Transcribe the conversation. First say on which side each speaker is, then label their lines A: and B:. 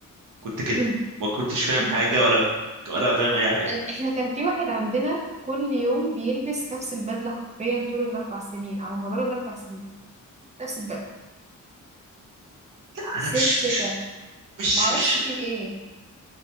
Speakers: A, on the right; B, on the right.
A: كنت كده
B: <laughs>
A: ما كنتش فاهم
B: كنت
A: حاجة
B: كده
A: ولا ولا فاهم اي حاجة
B: أن- احنا كان في واحد عندنا كل يوم بيلبس نفس البدله حرفيا طول الاربع سنين على مدار الاربع سنين نفس البدله
A: انا
B: صيف
A: مش
B: شتاء
A: مش مش
B: معرفش
A: مش
B: في ايه